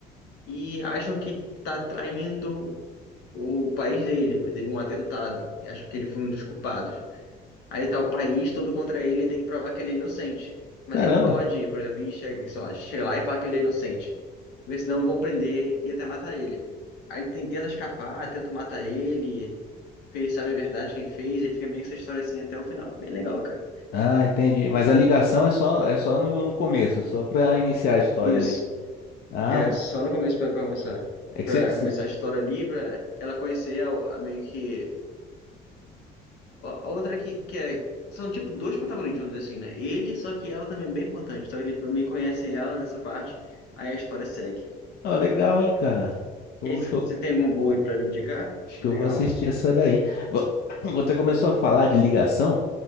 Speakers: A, on the left; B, on the left.
A: E acham que tá traindo o país dele, porque teve um atentado. E acham que ele foi um dos culpados. Aí tá o país todo contra ele, ele tem que provar que ele é inocente. Mas
B: Caramba.
A: ele não pode, por exemplo, ir, chega, sei lá, chega lá e falar que ele é inocente. Porque senão vão prender e até matar ele. Aí tem, tenta escapar, tenta matar ele, porque ele sabe a verdade, quem fez, e fica meio que essa história assim até o final. Bem legal, cara.
B: Ah, entendi. Mas a ligação é só, é só no, no começo, é só pra iniciar a história
A: Isso.
B: ali. Ah,
A: É,
B: bom.
A: só no começo pra, pra começar.
B: É que
A: Pra
B: você... você-
A: começar a história ali, pra ela conhecer a, a meio que. A, a outra que, que é. São tipo dois protagonistas, vamos dizer assim, né? Ele, só que ela também é bem importante. Então ele meio que conhece ela nessa parte, aí a história segue.
B: Ó, legal, hein, cara. Eu
A: E aí,
B: acho
A: você
B: que eu,
A: tem alguma boa aí pra me indicar?
B: acho que
A: Legal?
B: eu vou assistir essa daí. Vo- <coughs> <clears throat> Quando você começou a falar de ligação...